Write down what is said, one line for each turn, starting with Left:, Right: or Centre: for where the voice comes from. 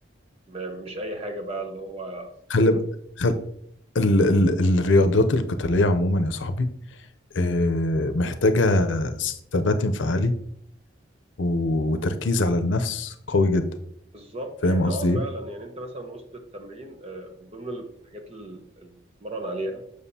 Right: م- مش أي حاجة بقى اللي هو
Left: خلي ب- خل... ال... ال... الرياضات القتالية عموما يا صاحبي آه، محتاجة ثبات انفعالي وتركيز على النفس قوي جدا
Right: بالظبط
Left: فاهم
Right: يعني
Left: قصدي
Right: اه فعلا
Left: ايه؟
Right: يعني انت مثلا وسط التمرين آه، من ضمن الحاجات ال- اللي بتتمرن عليها